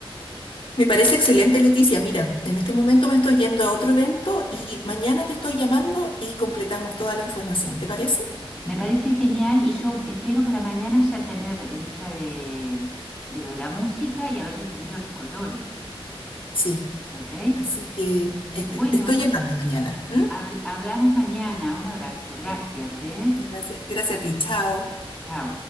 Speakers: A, on the left; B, in the centre.
A: Me parece excelente, Leticia. Mira, en este momento me estoy yendo a otro evento y mañana te estoy llamando y completamos toda la información. ¿Te parece?
B: Me parece genial y yo espero para mañana ya tener eh, lista de, de lo de la música y haber definido los colores,
A: Sí.
B: ¿ok?
A: Así que este,
B: Bueno,
A: te estoy llamando mañana. ¿m?
B: habl- hablamos mañana. Un abrazo, gracias,
A: Sí.
B: ¿eh?
A: Gracias. Gracias a ti. Chao.
B: Chao.